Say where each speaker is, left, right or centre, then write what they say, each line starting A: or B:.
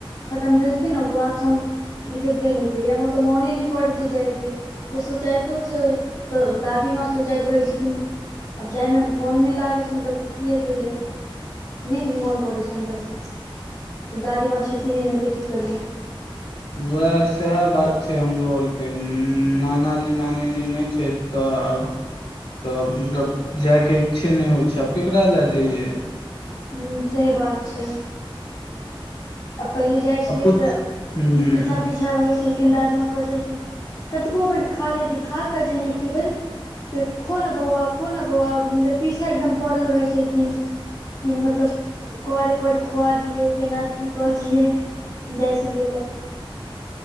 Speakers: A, on the left; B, on the left.
A: खतम भेलखिन ओकर बादसँ हम गेबे नहि केलियै हम ओतऽ मोने नहि करैत छी जायके ओ सोचायत छै तऽ दादीमाँ सोचैत रहै छथिन आब जाइमे मोन नहि लागै छै मतलब क कहि नहि मोन करै छै अन्दरसँ दादी मां छथिन एना तऽ की करियै
B: उएह सएह बात छै हमरो आरके नानाजी नानी जी नहि छैथ तऽ आब तबलब जायके इच्छे नहि होइ छै आब केकरा लए जइयै
A: हू सहि बात छै आ पहिले जाइ छलियै
B: आब कुछ
A: तऽ
B: ह
A: पीछा पीछ पिछा रहै छलखिन दादीमााँ कहै छलखिन कतबो बेर खा ले खा के जे नैय खैबे तऽ खो ने बौआ खो ने बौआ पीछा एकदम पड़ल रहै छलखिन कि मतलब करे करे खुआ दियए केना की कऽ दियै जाइ छलियै तऽ